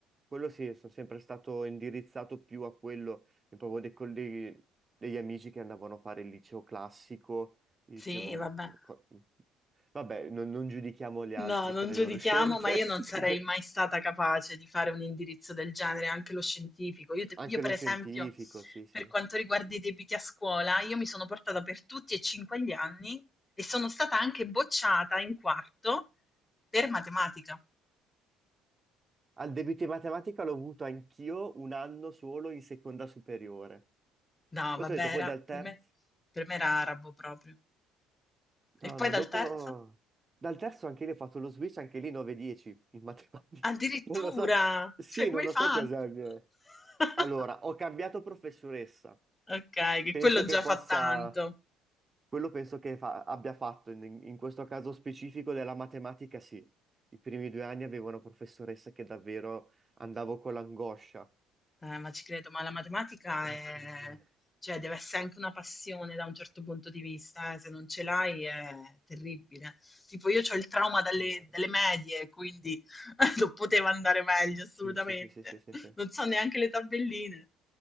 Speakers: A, on the right; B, on the left.
A: quello sì, sono sempre stato indirizzato più a quello, e proprio dei colleghi, degli amici che andavano a fare il liceo classico, gli
B: Sì,
A: dicevo, ma
B: vabbè.
A: ma co- vabbè, non, non giudichiamo gli altri
B: No, non
A: per le
B: giudichiamo,
A: loro scelte.
B: ma io non
A: <laughs>
B: sarei mai stata capace di fare un indirizzo del genere, anche lo scientifico. Io, te-
A: Anche
B: io, per
A: lo scientifico,
B: esempio,
A: sì, sì.
B: per quanto riguarda i debiti a scuola, io mi sono portata per tutti e cinque gli anni e sono stata anche bocciata in quarto per matematica.
A: Al debito in matematica l'ho avuto anch'io un anno solo in seconda superiore.
B: No,
A: Poi
B: vabbè,
A: ti ho detto, poi
B: era,
A: dal terzo.
B: per me, per me era arabo proprio.
A: No,
B: E poi
A: no,
B: dal
A: dopo...
B: terzo?
A: Dal terzo anche lì ho fatto lo switch, anche lì 9-10 in matematica.
B: Addirittura!
A: <laughs> Non lo so. Sì,
B: Cioè, come
A: non
B: hai
A: lo
B: fatto?
A: so cosa mi è.
B: <laughs>
A: Allora, ho cambiato professoressa.
B: Ok, che
A: Penso
B: quello
A: che
B: già
A: possa...
B: fa tanto.
A: Quello penso che fa- abbia fatto, in, in questo caso specifico della matematica, sì. I primi due anni avevo una professoressa che davvero andavo con l'angoscia.
B: Eh, ma ci credo, ma la matematica
A: E
B: è,
A: quindi... È
B: cioè, deve essere anche una passione da un certo punto di vista, eh, Se non ce l'hai è terribile. Tipo, io ho il trauma dalle,
A: vero.
B: dalle medie, quindi <laughs> non poteva andare meglio, assolutamente.
A: Sì, sì, sì, sì, sì, sì. sì.
B: Non so neanche le tabelline.